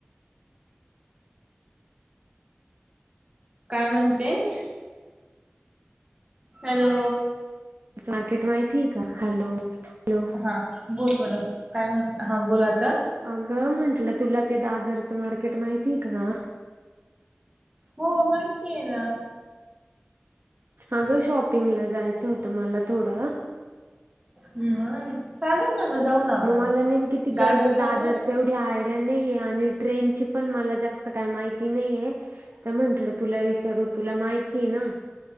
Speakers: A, on the right (about 20°); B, on the right (about 60°).
A: काय म्हणतेस हॅलो
B: मार्केट माहिती का हॅलो हॅलो
A: हा बोल बोल काय म्हण हा बोल आता
B: अगं म्हंटलं तुला ते दादरचं मार्केट माहितीय का
A: हो माहिती आहे ना
B: अगं शॉपिंगला जायचं होतं मला थोडं
A: ह् हा चालेल ना जाऊ ना आपण
B: मग मला नेमकीे तिकडचं
A: दादरला
B: दादर
A: ना
B: एवढी आयडिया नाहीे आणि ट्रेन ची पण मला जास्त काही माहिती नाही आहे तर म्हंटलं तुला विचारू तुला माहिती ना